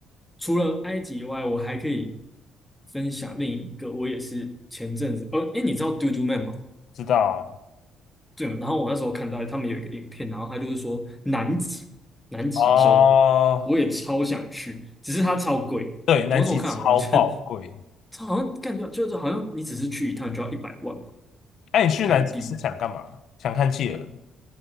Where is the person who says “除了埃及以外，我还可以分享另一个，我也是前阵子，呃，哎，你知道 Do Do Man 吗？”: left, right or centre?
Centre